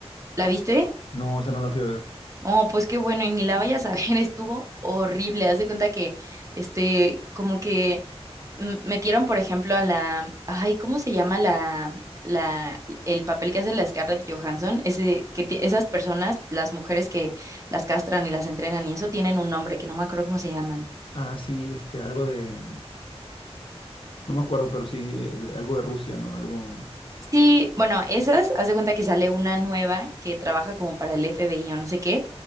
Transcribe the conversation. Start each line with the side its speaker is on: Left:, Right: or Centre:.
Right: ¿La viste?
Left: No, esa no la fui a ver.
Right: Oh, pues qué bueno, y ni la vayas a ver, <laughs> estuvo horrible. Haz de cuenta que, este, como que mm, metieron, por ejemplo, a la, ay, ¿cómo se llama la, la, el papel que hace la Scarlett Johansson? Ese, que ti- esas personas, las mujeres que las castran y las entrenan y eso, tienen un nombre que no me acuerdo cómo se llaman.
Left: Ah, sí, este, algo de... No me acuerdo, pero sí, eh, algo de Rusia, ¿no? Algo de
Right: Sí, bueno, esas, haz de cuenta que sale una nueva que trabaja como para el FBI o no sé qué,